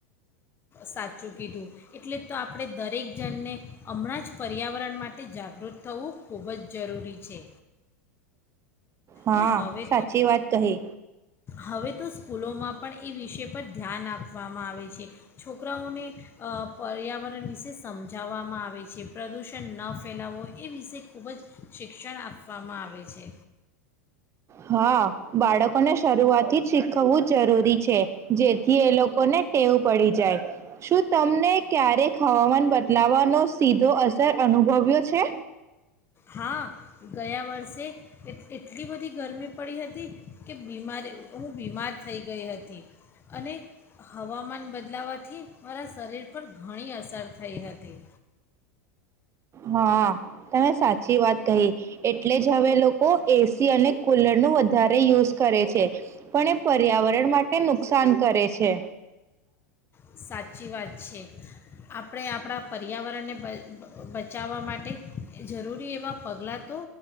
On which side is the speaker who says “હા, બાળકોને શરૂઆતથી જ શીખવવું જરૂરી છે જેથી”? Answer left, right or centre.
Right